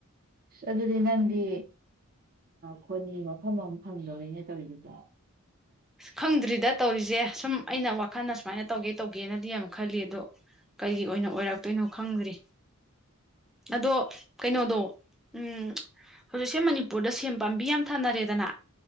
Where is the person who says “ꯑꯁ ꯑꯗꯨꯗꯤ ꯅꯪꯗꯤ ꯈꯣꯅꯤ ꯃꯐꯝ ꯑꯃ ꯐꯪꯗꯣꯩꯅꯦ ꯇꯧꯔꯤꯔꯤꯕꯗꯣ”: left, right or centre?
Right